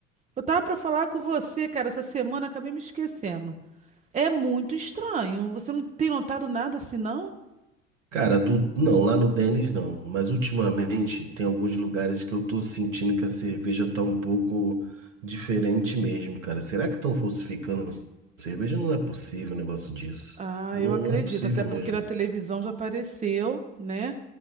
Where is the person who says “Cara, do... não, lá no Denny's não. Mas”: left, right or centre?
Right